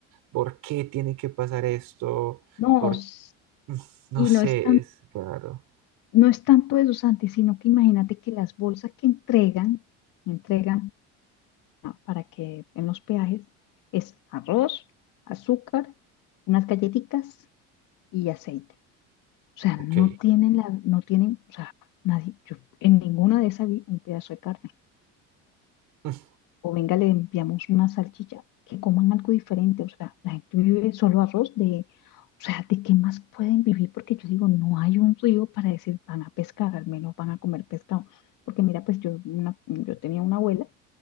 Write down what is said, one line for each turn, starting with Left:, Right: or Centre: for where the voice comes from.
Right: ¿por qué tiene que pasar esto?
Left: No,
Right: Por,
Left: s-
Right: no
Left: y
Right: sé,
Left: no es tan
Right: es claro.
Left: No es tanto eso, Santi, sino que imagínate que las bolsas que entregan, entregan pa- para que en los peajes, es arroz, azúcar, unas galletitas y aceite. O sea,
Right: Ok,
Left: no tienen la, no tienen, o sea, nadie, yo en ninguna de esas vi un pedazo de carne.
Right: <laughs>
Left: o venga, le enviamos una salchicha, que coman algo diferente, o sea, la gente vive solo arroz de, o sea, ¿de qué más pueden vivir? Porque yo digo, no hay un río para decir van a pescar, al menos van a comer pescado, porque mira, pues yo, una- yo tenía una abuela